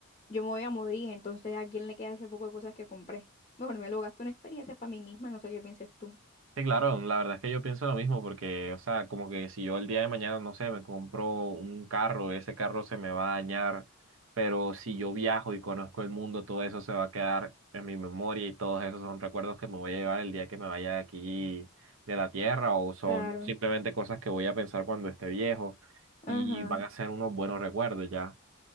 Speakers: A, on the left; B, on the right.
A: yo me voy a morir, entonces ¿a quién le queda ese poco de cosas que compré? Mejor me lo gasto en experiencias para mí misma, no sé qué pienses tú.
B: Sí, claro, la verdad es que yo pienso lo mismo porque, o sea, como que si yo el día de mañana, no sé, me compro un carro, ese carro se me va a dañar, pero si yo viajo y conozco el mundo, todo eso se va a quedar en mi memoria y todos esos son recuerdos que me voy a llevar el día que me vaya de aquí de la tierra o son
A: Claro.
B: simplemente cosas que voy a pensar cuando esté viejo y
A: Ajá.
B: van a ser unos buenos recuerdos ya.